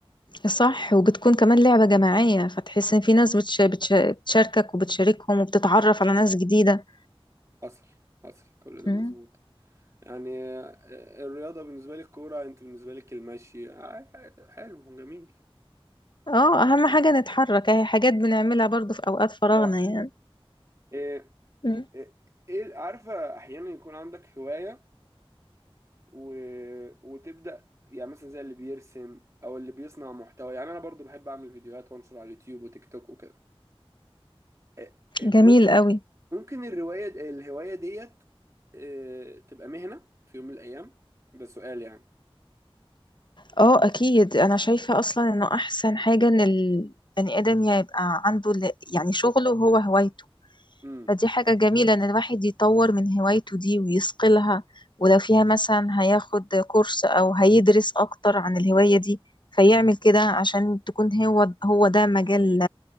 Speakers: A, on the left (about 50°); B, on the right (about 30°).
A: صح وبتكون كمان لعبة جماعية فتحس ان في ناس بتش... بتش... بتشاركك وبتشاركهم وبتتعرف على ناس جديدة
B: حصل حصل كل ده
A: مم.
B: مظبوط يعني آه، الرياضة بالنسبة لي الكورة أنت بالنسبة لك المشي آه، حلو جميل
A: اه اهم حاجة نتحرك اهي حاجات بنعملها برضو في اوقات فراغنا
B: صح
A: يعني
B: إيه
A: مم.
B: إيه إيه- عارفة أحيانا يكون عندك هواية و... وتبدأ يعني مثلا زي اللي بيرسم أو اللي بيصنع محتوى يعني أنا برضو بحب أعمل فيديوهات وأنشر على اليوتيوب وتيك توك وكده إيه- إيه،
A: جميل قوي
B: ممكن الرواية الهواية ديت آه، تبقى مهنة في يوم من الأيام ده سؤال يعني
A: اه اكيد انا شايفة اصلا انه احسن حاجة ان البني ادم يبقى عنده ل- يعني شغله هو هوايته
B: امم
A: فدي حاجة جميلة ان الواحد يطور من هوايته دي ويصقلها ولو فيها مثلا هياخد كورس او هيدرس اكتر عن الهواية دي فيعمل كده عشان تكون هو هو ده مجال